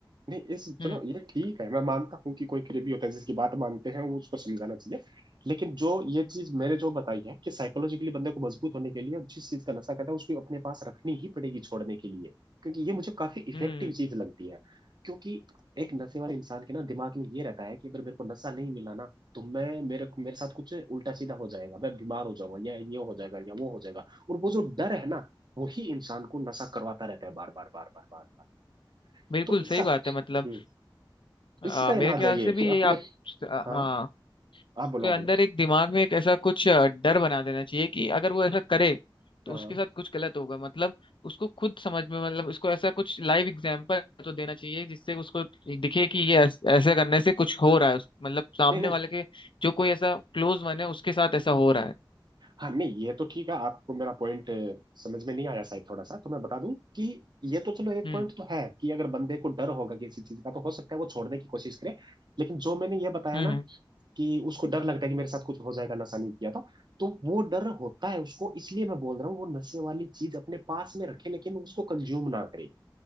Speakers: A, on the right; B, on the left.
A: नहीं इस
B: हम्म
A: चलो ये ठीक है मैं मानता हूँ कि कोई करीबी होता है जिसकी बात मानते हैं वो उसको समझाना चाहिए लेकिन जो ये चीज मैंने जो बताई है कि साइकोलॉजिकली बंदे को मजबूत होने के लिए जिस चीज का नशा करता है उसको अपने पास रखनी ही पड़ेगी छोड़ने के लिए क्योंकि ये मुझे काफी इफेक्टिव
B: हम्म
A: चीज लगती है क्योंकि एक नशे वाले इंसान के ना दिमाग में ये रहता है कि अगर मेरे को नशा नहीं मिला ना तो मैं मेरे मेरे साथ कुछ उल्टा सीधा हो जाएगा मैं बीमार हो जाऊंगा या ये हो जाएगा या वो हो जाएगा और वो जो डर है ना वही इंसान को नशा करवाता रहता है बार बार बार बार बार बार
B: बिल्कुल
A: तो इसका
B: सही बात है मतलब
A: हम्म
B: अ,
A: इसी का
B: मेरे
A: इलाज
B: ख्याल
A: है ये
B: से भी
A: कि
B: ये
A: अपने
B: आप हाँ
A: हाँ आप
B: उसके
A: बोलो आप
B: अंदर
A: बोलो
B: एक दिमाग में एक ऐसा कुछ अ, डर बना देना चाहिए कि अगर वो ऐसा करे तो
A: हाँ
B: उसके साथ कुछ गलत होगा मतलब उसको खुद समझ में मतलब उसको ऐसा कुछ लाइव एग्जांपल तो देना चाहिए जिससे उसको दिखे कि ये ऐस- ऐसा करने से कुछ हो रहा है उस- मतलब सामने
A: नहीं नहीं
B: वाले के जो कोई ऐसा क्लोज मन है उसके साथ ऐसा हो रहा है
A: हाँ नहीं ये तो ठीक है आपको मेरा पॉइंट समझ में नहीं आया शायद थोड़ा सा तो मैं बता दूं कि ये तो चलो एक
B: हम्म
A: पॉइंट तो है कि अगर बंदे को डर होगा किसी चीज का तो हो सकता है वो छोड़ने की कोशिश करे लेकिन जो मैंने ये बताया
B: हम्म
A: ना कि उसको डर लगता है कि मेरे साथ कुछ हो जाएगा नशा नहीं किया तो तो वो डर होता है उसको इसलिए मैं बोल रहा हूँ वो नशे वाली चीज अपने पास में रखे लेकिन उसको कंज्यूम ना करे